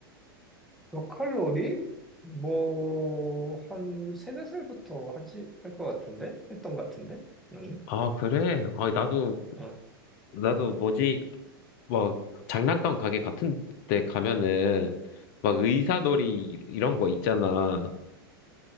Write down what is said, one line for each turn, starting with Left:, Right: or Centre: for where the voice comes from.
Centre: 역할놀이 뭐 한 세네 살부터 하지 할 것 같은데 했던 것 같은데 나는
Left: 아, 그래? 아, 나도,
Centre: 어,
Left: 나도 뭐지, 막, 장난감 가게 같은 데 가면은, 막 의사놀이 이- 이런 거 있잖아.